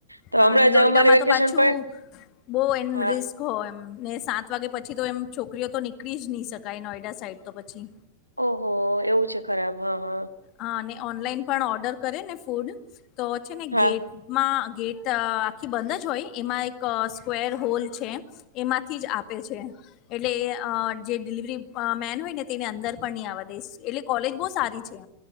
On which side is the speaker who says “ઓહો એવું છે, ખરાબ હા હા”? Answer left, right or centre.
Right